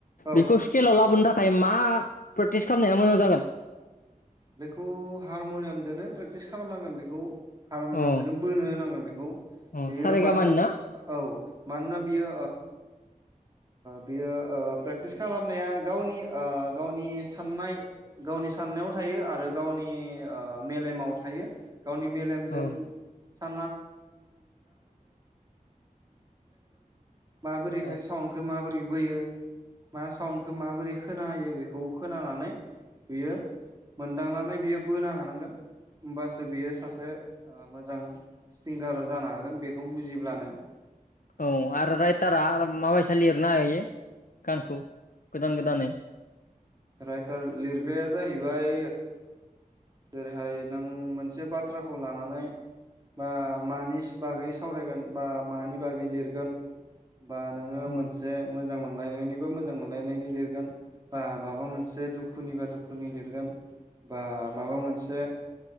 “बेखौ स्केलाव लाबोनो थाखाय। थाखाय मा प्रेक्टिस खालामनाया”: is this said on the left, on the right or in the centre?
Left